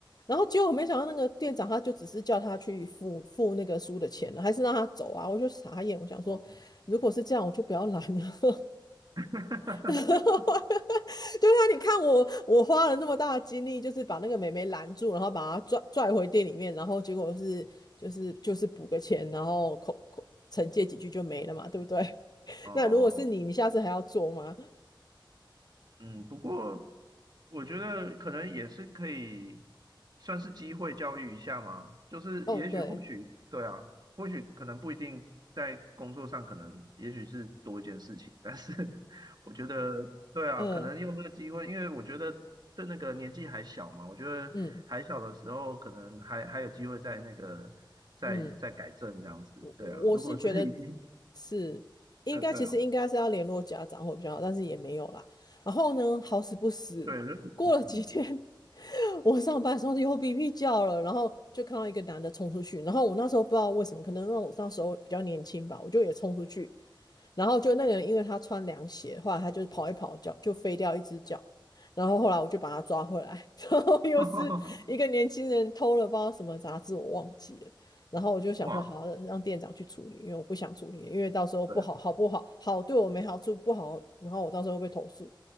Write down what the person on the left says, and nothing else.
然后结果我没想到那个店长他就只是叫他去付付那个书的钱，还是让他走啊！我就傻眼，我想说，
如果是这样，我就不要拦了。<laughs>
<laughs> 对啊，你看我，我花了那么大的精力，就是把那个妹妹拦住，然后把她拽拽回店里面，然后结果是就是就是补个钱，然后口口惩戒几句就没了嘛，对不对？<laughs>
那如果是你，你下次还要做吗？
哦，对，
嗯
嗯嗯。我我是觉得
是应该，
其实应该是要联络家长会比较好，但是也没有啦。然后呢，好死不死，
过了几天，
<laughs> 我上班的时候又哔哔叫了，然后就看到一个男的冲出去，然后我那时候不知道为什么，可能让我那时候比较年轻吧，我就也冲出去，然后就那个人，因为他穿凉鞋，后来他就跑一跑脚就飞掉一只脚，然后后来我就把他抓回来，<laughs> 然后又是一个年轻人偷了包什么杂志，
我忘记了。然后我就想说，
好，让店长去处理，因为我不想处理，因为到时候不好，
好不好，好对我没好处，不好，然后我到时候会被投诉。